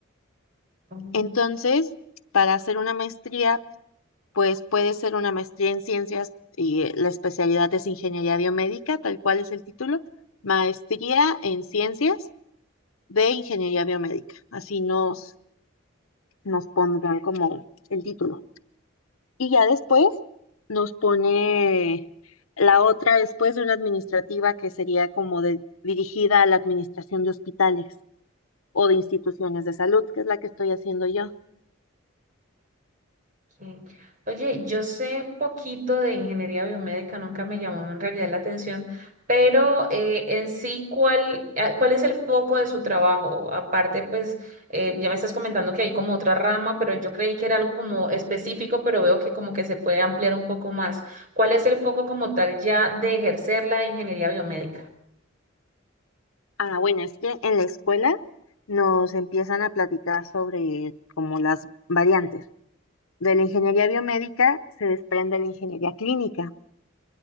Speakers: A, on the right; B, on the left.
A: Mm.
B: Entonces, para hacer una maestría, pues puede ser una maestría en ciencias y eh, la especialidad es ingeniería biomédica, tal cual es el título, maestría en ciencias de ingeniería biomédica. Así nos, nos pondrán como el título. Y ya después nos pone la otra, después de una administrativa que sería como de- dirigida a la administración de hospitales. o de instituciones de salud, que es la que estoy haciendo yo.
A: Sí. Oye, yo sé poquito de ingeniería biomédica, nunca me llamó en realidad la atención, pero eh, en sí, ¿cuál, eh, cuál es el foco de su trabajo? Aparte, pues eh, ya me estás comentando que hay como otra rama, pero yo creí que era algo como específico, pero veo que como que se puede ampliar un poco más. ¿Cuál es el foco como tal ya de ejercer la ingeniería biomédica?
B: Ah, bueno, es que en la escuela nos empiezan a platicar sobre como las variantes. De la ingeniería biomédica se desprende la ingeniería clínica.